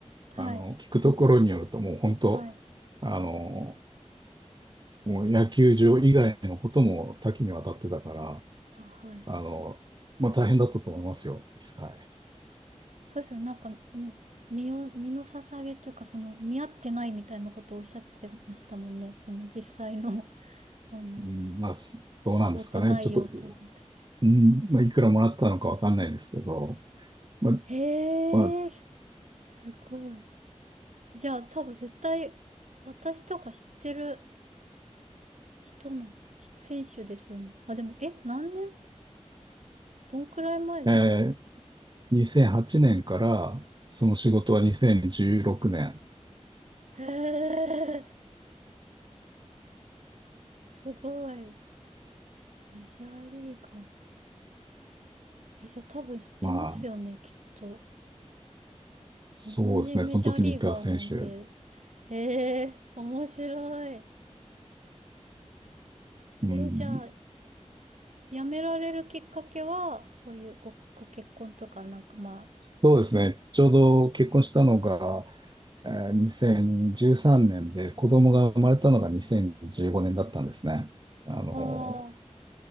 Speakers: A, on the right (about 75°); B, on the right (about 40°).
A: はい。
B: あの、聞くところによると、もう本当、
A: はい。
B: あの、もう野球場以外のことも多岐にわたってたから、
A: は、はい。
B: あの、まあ大変だったと思いますよ。はい。
A: そうですよね。なんか、み身を、身の捧げというか、その、見合ってないみたいなことをおっしゃってましたもんね。その、実際の、<laughs> あの、
B: うん、まあ、すどうなんですかね。
A: サポート内容と、
B: ちょっと、
A: みたいな。
B: うん、まあいくらもらったのかわかんないですけど、まあ、
A: へえ、
B: ま
A: すごい。じゃあ多分絶対私とか知ってる人の選手ですよね。あ、でも、え、何年どんくらい前ですか
B: あ、えー2008年から、その仕事は2016年。
A: へえ、すごい。メジャーリーガー。え、じゃあ多分知ってますよね、
B: まあ、
A: きっと。
B: そうですね。
A: 日本人メジャーリーガーなんて。
B: その時にいた選手。
A: ええ、面白い。
B: うん、
A: え、じゃあ、辞められるきっかけは、そういうご、ご結婚とかなんかま
B: そうですね。ちょうど結婚したのが、えー2013年で子供が生まれたのが2015年だったんですね。あの、
A: あ、ああ、